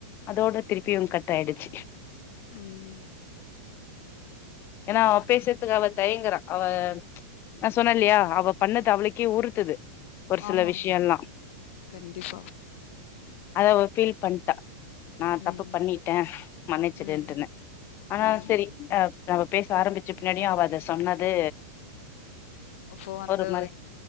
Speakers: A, on the left; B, on the left.
A: அதோட திருப்பியு கட் ஆய்டுச்சு
B: ம்
A: ஏன்னா அவ பேசுற்த்துக்கு அவ தயங்குறா அவம் நா சொன்னேல்லியா அவ பண்ணது அவ்ளுக்கே உறுத்துது ஒரு சில
B: ஆமாங்
A: விஷயம்லா
B: மேம் கண்டிப்பா
A: அத அவ ஃபீல் பண்ட்டா நா
B: ம்.
A: தப்பு பண்ணிட்டே மன்னிச்சுடுன்ட்டுனு
B: ம்.
A: ஆனா
B: ம்.
A: செரி அ நம்ம பேச ஆரம்பிச்ச பின்னாடி அவ அத சொன்னது
B: இப்ப வந்து
A: ஒரு மாரி